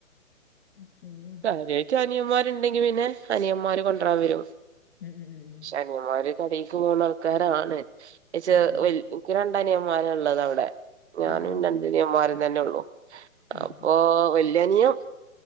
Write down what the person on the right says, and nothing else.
കാര്യമായിട്ട് അനിയമാരുണ്ടെങ്കി പിന്നെ അനിയന്മാര് കൊണ്ടരാൻ വരു
ശനിയമാര് കടേക്ക് മൂന്നാൾക്കാരാണ്. എനിക്ക്
ര രണ്ടനിയമാര ഉള്ളത്. അവിടെ ഞാനും
രണ്ടനിയമാര തന്നെ ഉള്ളു.
അപ്പൊ വല്യാനിയും